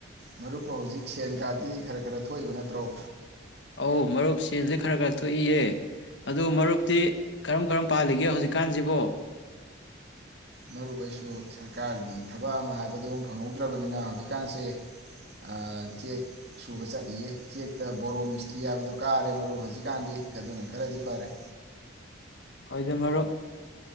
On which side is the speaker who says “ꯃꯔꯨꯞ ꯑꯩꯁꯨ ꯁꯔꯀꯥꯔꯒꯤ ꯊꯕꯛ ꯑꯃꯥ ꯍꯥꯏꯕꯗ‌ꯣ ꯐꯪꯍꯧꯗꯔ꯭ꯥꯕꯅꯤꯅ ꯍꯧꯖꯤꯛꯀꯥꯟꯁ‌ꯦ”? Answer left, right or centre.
Right